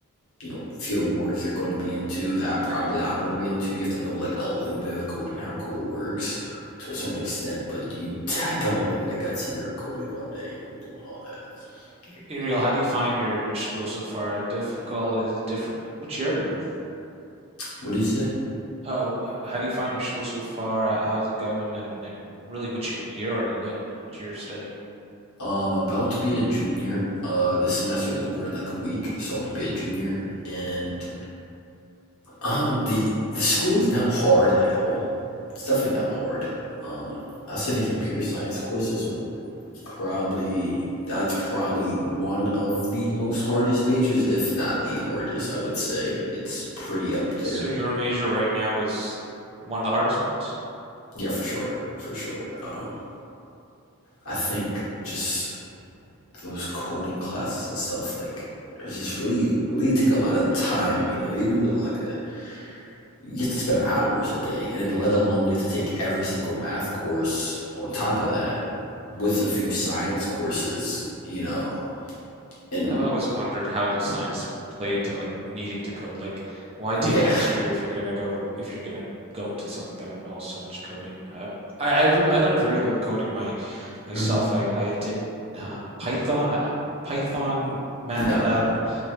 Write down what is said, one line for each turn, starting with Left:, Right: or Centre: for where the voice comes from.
Left: you know field of work you're going to be into that probably I'm going to be into. You have to know like a little bit of code and how code works to a certain extent, but you <laughs> t- don't want to be the guy sitting there coding all day and doing all that.
Right: Be how
Left: at all.
Right: do you find your, your school so far? Difficult? Is it different? Which year are you in?
Left: What did you say?
Right: Oh, wh- how do you find your school so far? H- How's it going? And and really, which year are you in? Which year of study?
Left: Um, I'm about to be a junior. Uh, this semester is over in like a week, so I'm gonna be a junior. And um, the the school is not hard at all. It's definitely not hard. Um, I'll say the computer science courses are Probably that's probably one of the most hardest majors, if not the hardest. I would say it's pretty up there.
Right: So your major right now is one of the hardest ones?
Left: Yeah, for sure, for sure. Um, I think just those coding classes and stuff like it's just really really take a lot of time you know you do like a you have to spend hours a day and then let alone you have to take every single math course on top of that with a few science courses you know and
Right: I've always wondered how does science play into like needing to code? Like, why take
Left: yeah
Right: chemistry if you're gonna go if you're gonna go into something that involves so much coding? Uh, I I, re- I learned very little coding my myself.
Left: <laughs> hmm
Right: I I did um, Python, I- Python, MATLAB,
Left: yeah